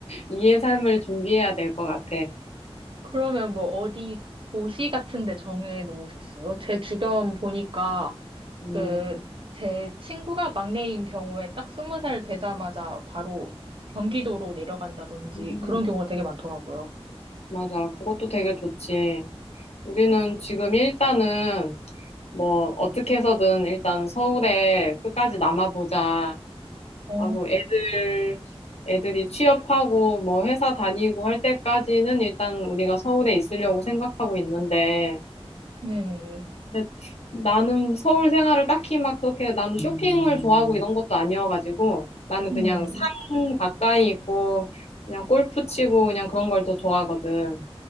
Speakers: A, on the left (about 80°); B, on the right (about 55°).
A: 이의 <laughs> 삶을 준비해야 될 것 같아.
B: 그러면 뭐 어디 도시 같은 데 정해 놓으셨어요? 제 주변 보니까
A: 음,
B: 그 제 친구가 막내인 경우에 딱 스무 살 되자마자 바로 경기도로 내려간다든지
A: 음,
B: 그런 경우가 되게 많더라고요.
A: 맞아. 그것도 되게 좋지. 우리는 지금 일단은 뭐 어떻게 해서든 일단 서울에 끝까지 남아보자
B: 어,
A: 하고 애들 애들이 취업하고 뭐 회사 다니고 할 때까지는 일단 우리가 서울에 있으려고 생각하고 있는데
B: 네네.
A: 근데 나는 서울 생활을 딱히 막 그렇게 나는 쇼핑을 좋아하고 이런 것도 아니어가지고 나는
B: 네.
A: 그냥 산 가까이 있고 그냥 골프 치고 그냥 그런 걸 더 좋아하거든.